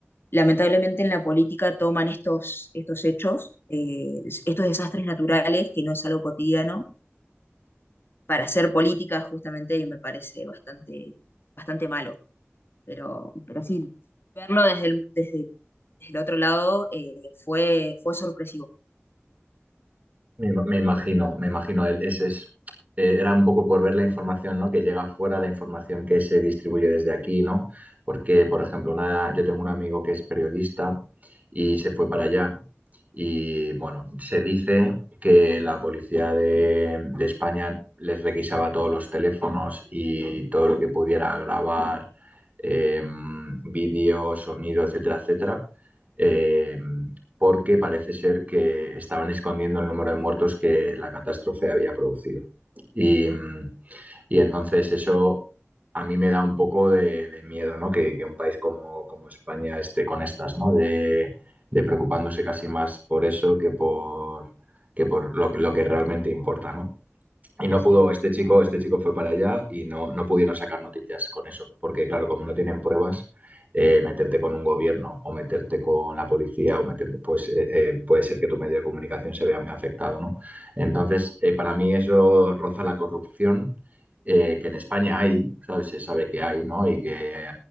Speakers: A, on the left (about 50°); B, on the right (about 35°).
A: lamentablemente en la política toman estos, estos hechos, eh, estos desastres naturales, que no es algo cotidiano, para hacer política justamente y me parece bastante, bastante malo. Pero, pero sí, verlo desde el, desde, el- desde el otro lado eh, fue, fue sorpresivo.
B: Me, ima- me imagino, me imagino. el- Ese es, eh, era un poco por ver la información, ¿no? que llega fuera, la información que se distribuye desde aquí, ¿no? Porque, por ejemplo, una, yo tengo un amigo que es periodista y se fue para allá. Y bueno, se dice que la policía de, de España les requisaba todos los teléfonos y todo lo que pudiera grabar, em, vídeo, sonido, etcétera, etcétera. em, porque parece ser que estaban escondiendo el número de muertos que la catástrofe había producido. Y, y entonces eso a mí me da un poco de, de miedo, ¿no? Que, que un país como, como, España esté con estas, ¿no? De, de preocupándose casi más por eso que por, que por lo, lo que realmente importa, ¿no? Y no
A: Sí,
B: pudo, este chico, este chico fue para allá y no, no pudieron sacar noticias con eso, porque claro, como no tienen pruebas, eh, meterte con un gobierno o meterte con la policía o meterte, pues eh, eh, puede ser que tu medio de comunicación se vea muy afectado, ¿no? Entonces, eh, para mí eso roza la corrupción eh, que en España hay, ¿sabes? Se sabe que hay, ¿no? Y que